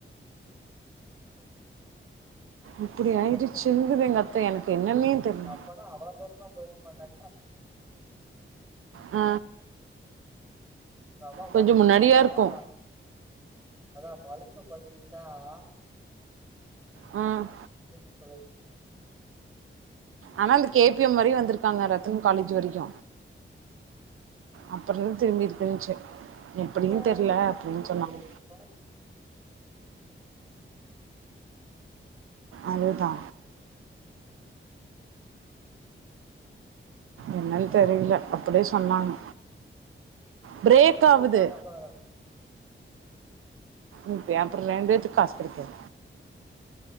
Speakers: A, on the right; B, on the right.
A: இப்டி
B: மூணு
A: ஆயிடுச்சுங்குது
B: மணி
A: எங்க அத்த எனக்கு என்னன்னே தெர்ல
B: அப்பன்னா அவ்ள தூரம்லா போயிருக்க மாட்டாங்க
A: ஆ
B: <unintelligible>
A: கொஞ்சோ முன்னாடியா இருக்கு
B: தா அதா <unintelligible>
A: ம்
B: இப்பவே
A: ஆனா அது கே பி எம் வரையு வந்திருக்காங்க ரத்தன் காலேஜ் வரைக்கு அப்படின்னு திரும்பிட்டு தெரிஞ்சு எப்படியு
B: காலேஜ்
A: தெரல அப்படின்னு
B: திருப்பூர்
A: சொன்னாங்க
B: வண்டி
A: அதுதா என்னாலு
B: வண்டி
A: தெரியல
B: திரு-
A: அப்படியே சொன்னாங்க பிரேக்காவுது
B: திருப்பாம வரோம்
A: உ பேப்பர்லண்டுது காசு குடுக்குறோ